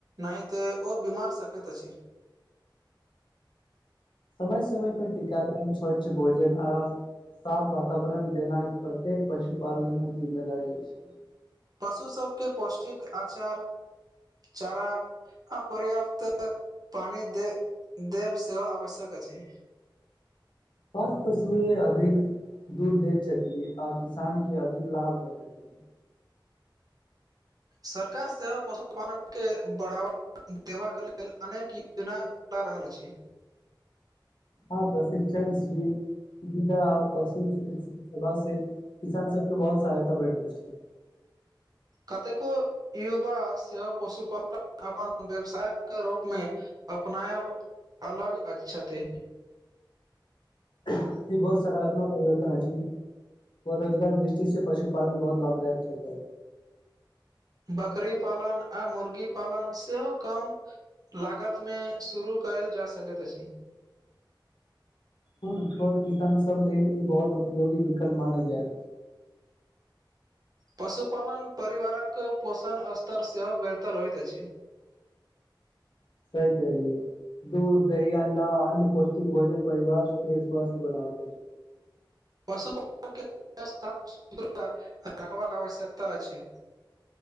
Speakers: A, on the right (about 50°); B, on the left (about 70°).
A: नहिते ओ बीमार सकैत अछि
B: समय समय पर टीकाकरण स्वच्छ भोजन आ साफ वातावरण देनाय प्रत्येक पशुपालनक जिम्मेदारी अछि।
A: पशु सभबके पौष्टिक आचार चारा अप पर्याप्त पानी दे देब सेहो आवश्यक अछि।
B: पास पशुए अधिक दूध दय छथि आ किसान के अधिक लाभ होयत अछि
A: सरकार सेहो पशुपालन के बढ़ावा देबा के लेल अनेक योजना चला रहल अछि
B: हँ प्रशिक्षण शिविर सुविधा आ पशु चिकित्सा से किसान सबके बहुत सहायता भेटय अछि
A: कतेको युवा सेहो पशुपालन अपन व्यवसायक रूप मे अपनायब अलग अ छथि
B: ई बहुत सकारात्मक परिवर्तन अछि स्व रोजगार दृष्टी सँ पशुपालन बहुत लाभदायक छथिन
A: बकरी पालन आ मुर्गी पालन सेहो कम लागत मे शुरू कयल जा सकैत अछि
B: कोनो छोट किसान सभ लेल ई बहुत उपयोगी विकल्प मानल जाय‌त
A: पशुपालन परिवारक पोषण स्तर सेहो बेहतर होइत अछि
B: सही कहलियै दूध दही अंडा अन्य पौष्टिक भोजन परिवार के स्वस्थ्य बनाबैत अछि
A: पशुपालन के सुरक्षित रखबाक आवश्यकता अछि